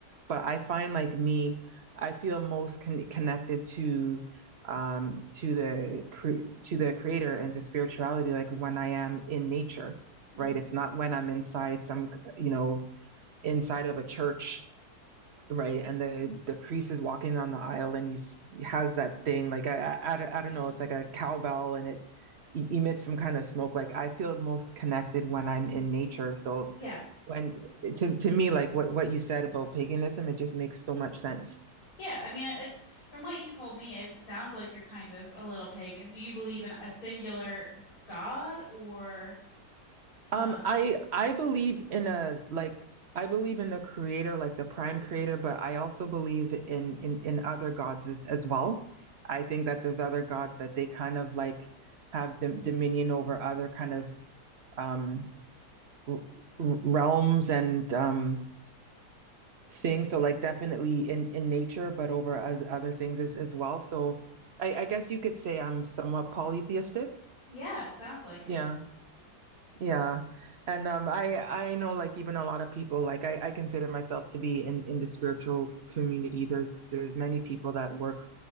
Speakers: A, on the right; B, on the left.
A: But I find like me, I feel most con- connected to um to the cre- to the creator and to spirituality like when I am in nature
B: hmm
A: right? It's not when I'm inside some, you know, inside of a church, right? And the the priest is walking down the aisle and he's he has that thing like I I, I don't-
B: hmm
A: know, it's like a cowbell and it e- emits some kind of smoke. Like I feel most connected when I'm in nature. So
B: Yeah.
A: when to to me, like what what you said about paganism, it just makes so much sense.
B: Yeah, I mean, it, from what you told me, it sounds like you're kind of a little pagan. Do you believe in a singular god or um
A: Um, I I believe in a like I believe in the creator, like the prime creator, but I also believe in in in other gods as, as well. I think that there's other gods that they kind of like have dom dominion over other kind of um r r- realms and um things. So like definitely in in nature, but over oth- other things as as well. So I I guess you could say I'm somewhat polytheistic.
B: Yeah, it sounds like
A: Yeah.
B: it.
A: Yeah. And um I I know like even a lot of people like I I consider myself to be in in the spiritual community. There's there's many people that work